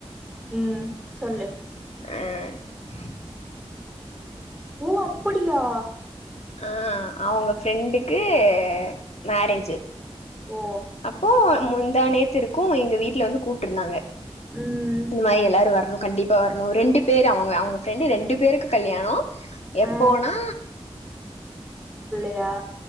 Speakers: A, in the centre; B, on the left.
A: ம் சொல்லு
B: ஆ <inaudible>
A: ஓ அப்படியா
B: ஆ அவங்க ஃப்ரெண்டுக்கு மேரேஜ்
A: ஓ
B: அப்போ முந்தாநேத் த்து இருக்கும் எங்க வீட்டுல வந்து கூப்ட்டு இருந்தாங்க
A: ம்
B: இந்த மாரி எல்லாரும் வரணும் கண்டிப்பாக வரணும் ரெண்டு பேர் அவங்க அவங்க ஃப்ரெண்டு ரெண்டு பேருக்கு கல்யாணம் எப்போனா
A: ஆ யா